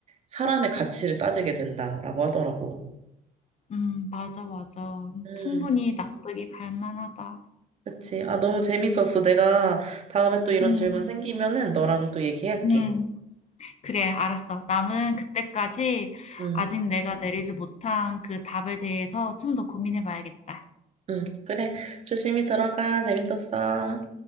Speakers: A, on the right; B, on the left.
A: 사람의 가치를 따지게 된다라고 하더라고.
B: 음, 맞아, 맞아.
A: 음,
B: 충분히 납득이 갈 만하다.
A: 그치. 아, 너무 재밌었어. 내가 다음에 또 이런
B: 음,
A: 질문 생기면은 너랑 또 얘기할게.
B: 음. 그래, 알았어. 나는 그때까지
A: 응,
B: 아직 내가 내리지 못한 그 답에 대해서 좀 더 고민해 봐야겠다.
A: 응. 그래. 조심히 들어가. 재밌었어.